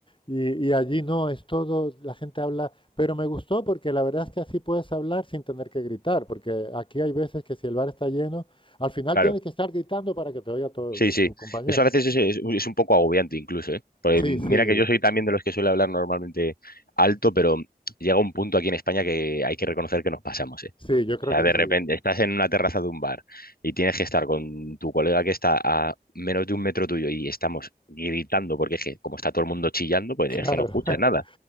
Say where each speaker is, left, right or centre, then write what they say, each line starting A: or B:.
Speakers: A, on the left; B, on the left.
A: Y, y allí no, es todo, la gente habla, pero me gustó porque la verdad es que así puedes hablar sin tener que gritar, porque aquí hay veces que si el bar está lleno, al final
B: claro.
A: tienes que estar gritando para que te oiga tu,
B: Sí, sí.
A: tu compañero.
B: Eso a veces es, es- es un poco agobiante incluso, ¿eh? Pues
A: Sí,
B: mira
A: sí,
B: que yo soy también de los que suele hablar normalmente alto, pero llega un punto aquí en España que hay que reconocer que nos pasamos, ¿eh?
A: sí, yo
B: O
A: creo
B: sea,
A: que
B: de
A: sí,
B: repente estás en una terraza de un bar y tienes que estar con tu colega que está a menos de un metro tuyo y estamos gritando porque es que como está todo el mundo chillando, pues
A: claro,
B: es que no escuchas
A: <laughs>
B: nada.